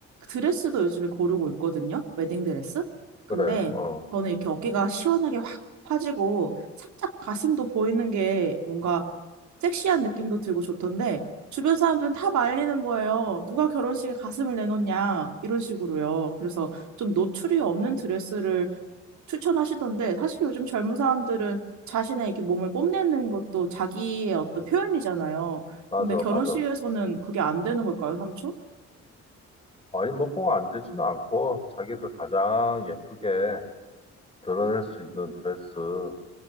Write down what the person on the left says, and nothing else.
그래, 어,
맞아,
맞아.
아니 뭐 꼭 안 되지는 않고 자기를 가장 예쁘게 드러낼 수 있는 드레스